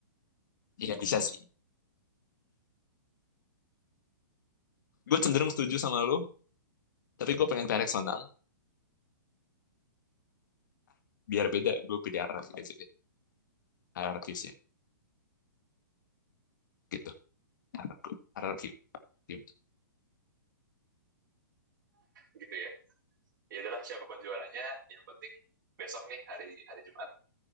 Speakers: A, on the left; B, on the right.
A: iya bisa sih. Gue cenderung setuju sama lo, tapi gue pengen PRX menang. Biar beda, gue pilih RRQ aja deh. RRQ sih. Gitu. RRQ. RRQ. Gimana?
B: gitu ya ya adalah siapapun juaranya yang penting besok nih hari hari Jumat